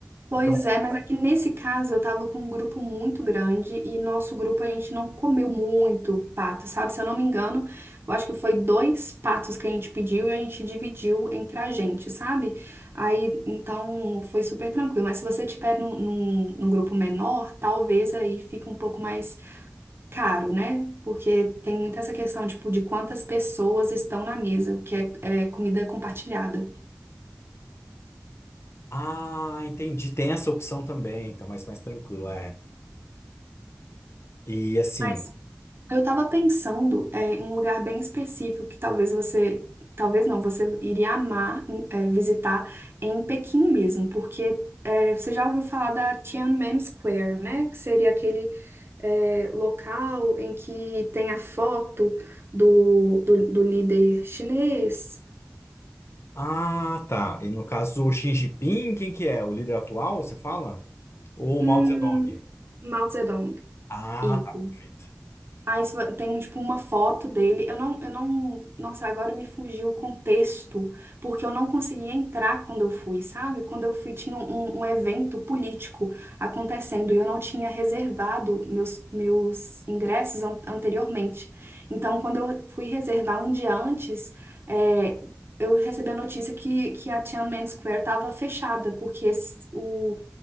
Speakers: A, on the right; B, on the left.
A: Pois
B: Então,
A: é, mas aqui nesse caso eu tava com um grupo muito grande e nosso grupo a gente não comeu muito pato, sabe? Se eu não me engano, eu acho que foi dois patos que a gente pediu e a gente dividiu entre a gente, sabe? Aí então foi super tranquilo. Mas se você tiver num, num, num grupo menor, talvez aí fique um pouco mais caro, né? Porque tem muito essa questão, tipo, de quantas pessoas estão na mesa, o que é é comida compartilhada.
B: ah, entendi, tem essa opção também, então mais mais tranquilo, é. E assim,
A: Mas Eu estava pensando é, em um lugar bem específico que talvez você, talvez não, você iria amar em- é, visitar em Pequim mesmo, porque é, você já ouviu falar da Tiananmen Square, né? Que seria aquele é, local em que tem a foto do, do, do líder chinês,
B: ah, tá. E no caso, o Xi Jinping, quem que é? O líder atual, você fala? Ou
A: hum,
B: o Mao Zedong?
A: Mao Zedong.
B: Ah,
A: Isso.
B: tá, perfeito.
A: Aí se vo- tem, tipo, uma foto dele. Eu não, eu não. Nossa, agora me fugiu o contexto, porque eu não consegui entrar quando eu fui, sabe? Quando eu fui, tinha um, um evento político acontecendo e eu não tinha reservado meus, meus ingressos an- anteriormente. Então, quando eu fui reservar um dia antes, é, eu recebi a notícia que, que a Tiananmen Square estava fechada, porque esse- o